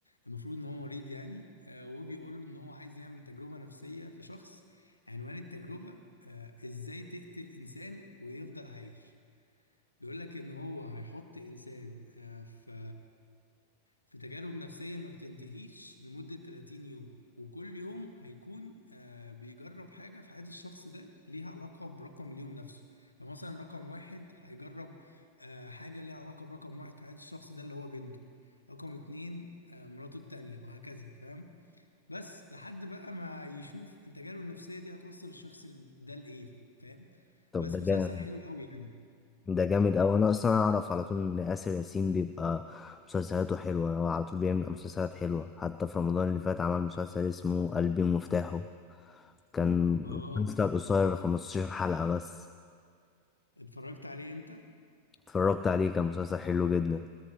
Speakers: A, on the left (about 80°); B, on the left (about 15°).
A: المفروض ان هو مريض يعني آه وبيقول له ان هو عايز يعمل تجربة نفسية في شخص عنوان التجربة آه ازاي تقتل انسان ويفضل عايش بيقول لك ان هو هيحط انسان آه في في تجارب نفسية ما بتنتهيش لمدة 30 يوم وكل يوم هيكون آه، بيجرب حاجة في حياة الشخص ده ليها علاقة برقم اليوم نفسه فمثلا رقم واحد هيجرب آه، حاجة ليها علاقة برقم واحد في حياة الشخص ده اللي هو بنته رقم اتنين آه، مراته التانية وهكذا فاهم بس لحد بقى ما يشوف التجارب النفسية دي هتوصل الشخص ده لإيه فاهم
B: طب
A: بس
B: ده جامد
A: مسلسل حلو قوي يعني
B: ده جامد اوي انا اصلا اعرف على طول ان اسر ياسين بيبقى مسلسلاته حلوه هو على طول بيعمل مسلسلات حلوه حتى في رمضان اللي فات عمل مسلسل اسمه قلبي مفتاحه كان
A: اه
B: مسلسل قصير 15 حلقه بس
A: اتفرجت عليه انت
B: اتفرجت عليه كان مسلسل حلو جدا